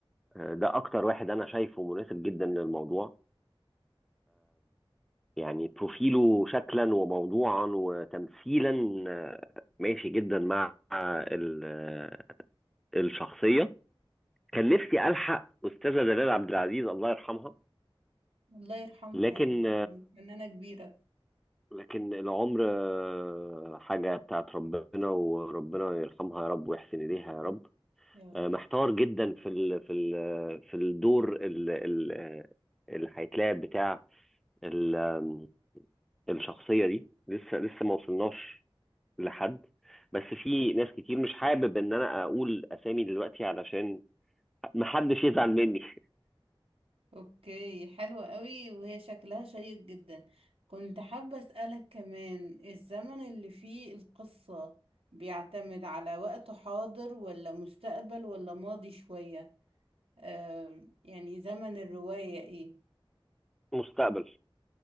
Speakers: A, in the centre; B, on the right.
A: آه، ده أكتر واحد أنا شايفه مناسب جدا للموضوع يعني بروفيله شكلا وموضوعا وتمثيلا آه، ماشي جدا مع ال- آه، الشخصية كان نفسي ألحق أستاذة دلال عبد العزيز الله يرحمها
B: الله يرحمها
A: لكن
B: يعني كانت فنانة كبيرة
A: لكن العمر آه، حاجة بتاعت ربنا وربنا يرحمها يا رب ويحسن إليها يا رب
B: يا رب.
A: آه، محتار جدا في ال في ال في الدور ال- ال- آه، اللي هيتلعب بتاع ال- آم، الشخصية دي لسه لسه ما وصلناش لحد بس في ناس كتير مش حابب ان انا اقول اسامي دلوقتي علشان محدش يزعل مني <laughs>
B: اوكي حلوة قوي وهي شكلها شيق جدا كنت حابة اسألك كمان الزمن اللي فيه القصة بيعتمد على وقت حاضر ولا مستقبل ولا ماضي شوية آه يعني زمن الرواية ايه
A: مستقبل